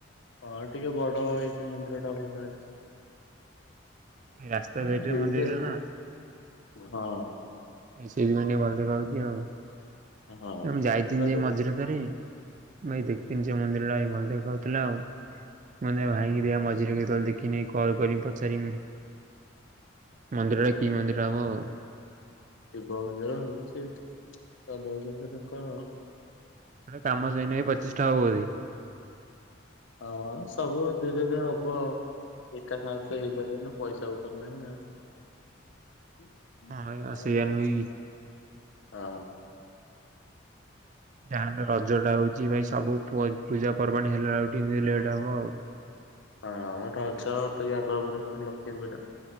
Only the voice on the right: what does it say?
ରାସ୍ତା
ସାଇଡରେ
ମନ୍ଦିରଟା
ନା
ସେଇଥିପାଇଁ ଟିକେ ଭଲ ଦେଖାଉଛି ଆଉ
ମୁଁ
ଯାଇଥିନି
ଯେ ମଝିରେ ଥରେ ଭାଇ ଦେଖଥିନି ସେ ମନ୍ଦିର ଟା ଭାଇ ଭଲ ଦେଖାଉଥିଲା ଆଉ ମାନେ ଭାଇହେଇରିଆ
ମଝିରେ କେତେବେଳେ ଦେଖ କି ନେଇ କଲ କରିମି ପଚାରିମି ମନ୍ଦିର ଟା କି ମନ୍ଦିର ହବ ଆଉ
ଆରେ କାମ ସଇନାଇ ପଚିଶଟା ହବ ହୁରି।
ହଁ ଏଇଆ
ସେଇଆ
ନୁହେଁ କି? ଗାଁରେ ରଜ ଟା ହଉଛି ଭାଇ ସବୁ ପୁଅ ପୂଜା ପର୍ବାଣୀ ହେଲା ବେଳକୁ ଏମତି ଲେଟ ହବ ଆଉ।